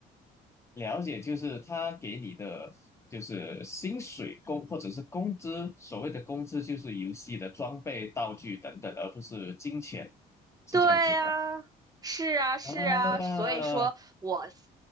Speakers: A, on the left; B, on the right.
A: 了解，就是他给你的就是薪水工或者是工资，所谓的工资就是游戏的装备、道具等等，而不是金钱，是这样子的
B: 对呀，是啊，是啊，
A: 啊，
B: 所以说我